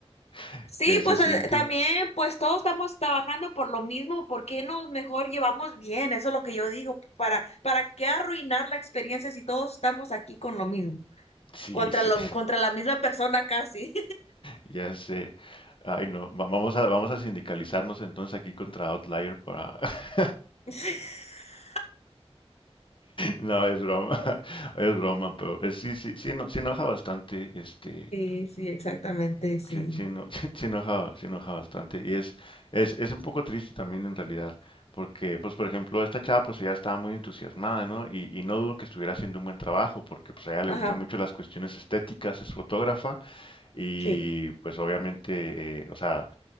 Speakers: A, on the left; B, on the left.
A: <laughs>
B: Sí,
A: que se
B: pues
A: siente,
B: eh, también, pues todos estamos trabajando por lo mismo, ¿por qué nos mejor llevamos bien? Eso es lo que yo digo, ¿para, para qué arruinar la experiencia si todos estamos aquí con lo mismo?
A: sí,
B: Contra
A: sí.
B: lo, contra la misma persona casi.
A: Ya sé. Ay, no. Va- Vamos a, vamos a sindicalizarnos entonces aquí contra Outlier para... <laughs>
B: <laughs>
A: No, es broma. <laughs> Es broma, pero eh, sí, sí, sí, no, sí enoja bastante, este...
B: Sí, sí, exactamente, sí.
A: Sí, sí, no, <laughs> sí enoja, sí enoja bastante. Y es, es, es un poco triste también en realidad, porque, pues, por ejemplo, esta chava, pues, ella estaba muy entusiasmada, ¿no? Y, y no dudo que estuviera haciendo un buen trabajo, porque, pues, a ella le
B: Ajá,
A: gustan mucho las cuestiones estéticas, es fotógrafa, y,
B: sí.
A: pues, obviamente, eh, o sea...